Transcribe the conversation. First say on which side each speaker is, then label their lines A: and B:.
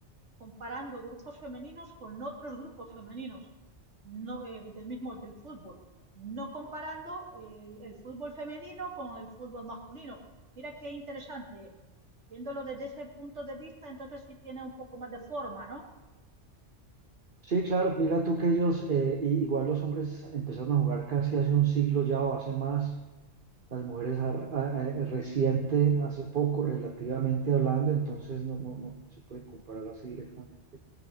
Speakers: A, on the right; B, on the right.
A: comparando grupos femeninos con otros grupos femeninos no, eh, del mismo del fútbol, no comparando el, el fútbol femenino con el fútbol masculino. Mira qué interesante. Viéndolo desde ese punto de vista, entonces sí tiene un poco más de forma, ¿no?
B: Sí, claro, mira tú que ellos, eh, y- igual los hombres empezaron a jugar casi hace un siglo ya o hace más, las mujeres ar- a- a- eh, reciente, hace poco relativamente hablando, entonces no, no, no, no se puede comparar así directamente